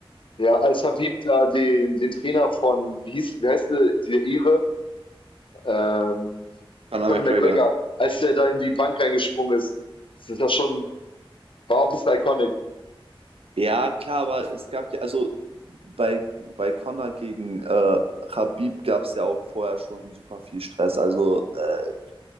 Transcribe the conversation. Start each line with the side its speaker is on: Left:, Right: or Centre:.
Left: Ja, als Habib da den, den Trainer von, wie hieß, wie heißt der, der Ire? Ähm,
Right: Conor
Left: Conor
Right: McGregor.
Left: McGregor, als der da in die Bank reingesprungen ist, das ist das schon, war auch ein bisschen iconic.
Right: Ja, klar, aber es gab ja, also bei, bei Conor gegen äh, Khabib gab es ja auch vorher schon super viel Stress. Also, äh,